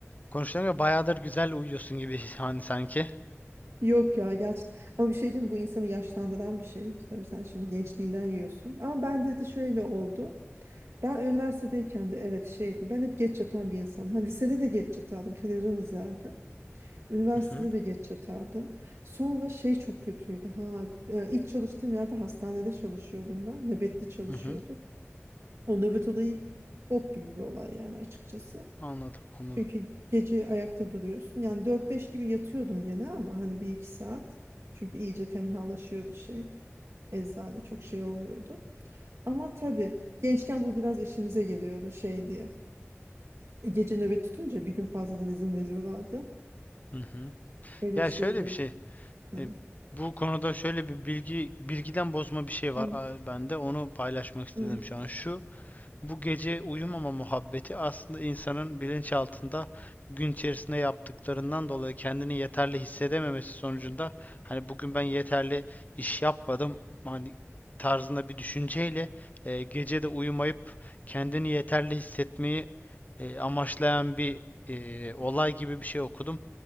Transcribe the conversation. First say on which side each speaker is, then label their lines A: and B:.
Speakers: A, on the left; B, on the right.
A: konuşuyorum ya bayağıdır güzel uyuyorsun gibi hani sanki.
B: Yok ya gerçekten. Ama bir şey diyeyim mi? bu insanı yaşlandıran bir şey. İşte tabii sen şimdi gençliğinden yiyorsun. Ama ben dedi şöyle oldu. Ben üniversitedeyken de evet şeydim. Ben hep geç yatan bir insan. Ha lisede de geç yatardım. Televizyon izlerdim. Üniversitede
A: Hı hı.
B: de geç yatardım. Sonra şey çok kötüydü. Ha e, ilk çalıştığım yerde hastanede çalışıyordum ben. Nöbetli çalışıyorduk.
A: Hı hı.
B: O nöbet olayı bok gibi bir olay yani açıkçası.
A: Anladım, anladım.
B: Çünkü gece ayakta duruyorsun. Yani dört beş gibi yatıyordum gene ama hani bir iki saat. Çünkü iyice tenhalaşıyordu şey. Eczane çok şey olmuyordu. Ama tabii gençken bu biraz işimize geliyordu şey diye. E, Gece nöbet tutunca bir gün fazladan izin veriyorlardı.
A: Hı hı.
B: Öyle
A: Ya
B: bir şey
A: şöyle
B: oluyordu.
A: bir şey.
B: Hı.
A: e, bu konuda şöyle bir bilgi bilgiden bozma bir şey var
B: Hı.
A: a, bende. Onu paylaşmak istedim
B: Hı.
A: şu an. Şu Bu gece uyumama muhabbeti aslında insanın bilinçaltında gün içerisinde yaptıklarından dolayı kendini yeterli hissedememesi sonucunda hani bugün ben yeterli iş yapmadım hani tarzında bir düşünceyle e, gece de uyumayıp kendini yeterli hissetmeyi e, amaçlayan bir e, olay gibi bir şey okudum.